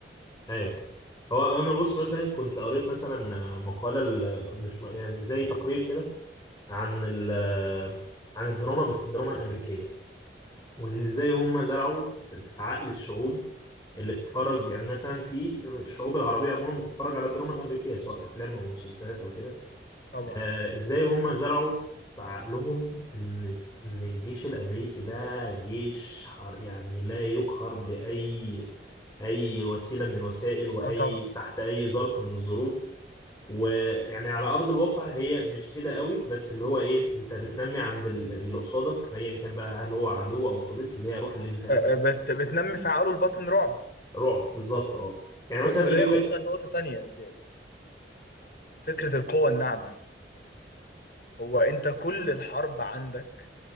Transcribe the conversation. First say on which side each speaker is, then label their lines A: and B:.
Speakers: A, on the left; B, on the left.
A: ايوه فاهم هو انا بص مثلا كنت قريت مثلا مقاله ال- مش م- يعني زي تقرير كده عن ال عن الدراما بس الدراما الامريكيه وان
B: امم
A: ازاي هم زرعوا في في عقل الشعوب اللي بتتفرج يعني مثلا في الشعوب العربيه عموما بتتفرج على الدراما الامريكيه سواء افلام او مسلسلات او كده
B: طبعا
A: آه، ازاي هم زرعوا في عقلهم ان ان الجيش الامريكي ده جيش حر يعني لا يقهر باي اي وسيله من الوسائل واي
B: اه طبعا
A: تحت اي ظرف من الظروف ويعني على ارض الواقع هي مش كده قوي بس اللي هو ايه انت بتنمي عند ال- اللي قصادك ايا كان بقى هل هو عدو او صديق اللي هي روح الانزهاء
B: آه، آه، بت بتنمي في عقله الباطن رعب
A: رعب بالظبط اه يعني
B: و-
A: مثلا
B: وده
A: يجيب
B: ياخدنا
A: لك
B: لنقطه تانية يا زياد فكرة القوة الناعمة هو انت كل الحرب عندك